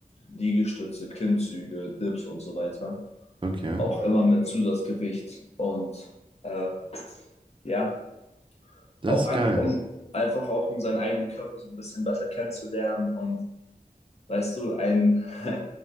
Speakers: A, on the left; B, on the right.
A: Liegestütze, Klimmzüge, Dips und so weiter.
B: Okay,
A: auch immer mit Zusatzgewicht und äh, ja,
B: das
A: auch
B: ist
A: einfach
B: geil.
A: um einfach auch um seinen eigenen Körper so ein bisschen besser kennenzulernen und weißt du, ein, <laughs>